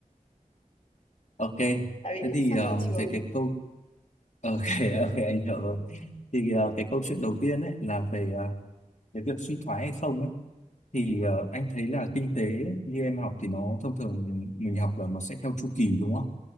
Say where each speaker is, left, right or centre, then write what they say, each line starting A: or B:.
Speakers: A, on the left (about 55°); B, on the left (about 40°).
A: Ok.
B: tại vì
A: Thế
B: cũng
A: thì
B: sắp
A: ờ,
B: ra trường
A: về cái câu ok <laughs> ok anh hiểu rồi thì ờ, cái câu chuyện đầu tiên ấy là về cái việc suy thoái hay không ấy thì ờ, anh thấy là kinh tế như em học thì nó thông thường mình học là nó sẽ theo chu kỳ đúng không?